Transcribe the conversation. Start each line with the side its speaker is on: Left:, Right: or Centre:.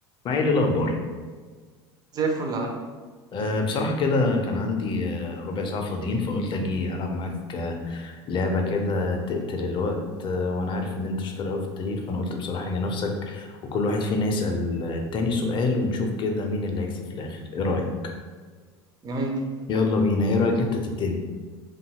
Left: معايا ايه الاخبار
Right: زي الفل يا علي
Left: أه بصراحه كده كان عندي آه، ربع ساعه فاضيين فقلت اجي العب معاك آه، لعبه كده تقتل الوقت أه وانا عارف ان انت شاطر قوي في التاريخ فانا قلت بصراحه يا نفسك وكل واحد فينا يسال آه، التاني سؤال ونشوف كده مين اللي هيكسب في الاخر ايه رايك
Right: جميل
Left: يلا بينا ايه رايك انت تبتدي